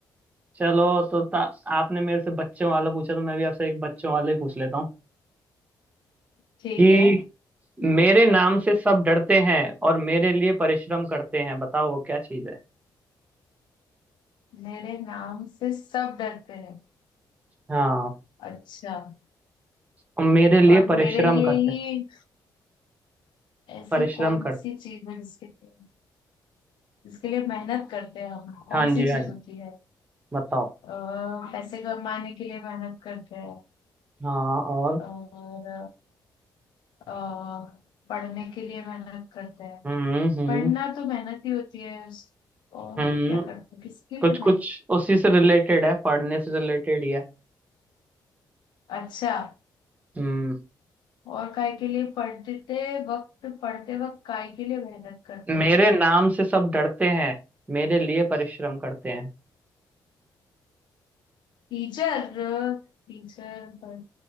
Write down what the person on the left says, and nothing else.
ठीक
है
मेरे नाम से सब डरते हैं
अच्छा
और
मेरे लिए
ही
ऐसी
कौन
सी चीज है जिसके लिए जिसके लिए मेहनत करते हैं हम कौन
सी
चीज
होती है
अ, पैसे कमाने के लिए मेहनत करते हैं
और अ, पढ़ने के लिए मेहनत करते हैं
पढ़ना तो मेहनत ही होती है उस- और
क्या करते हैं किसके लिए
मेहनत
अच्छा
और काय के लिए पढ़ते वक्त पढ़ते वक्त काय के लिए मेहनत करते हैं
टीचर टीचर पर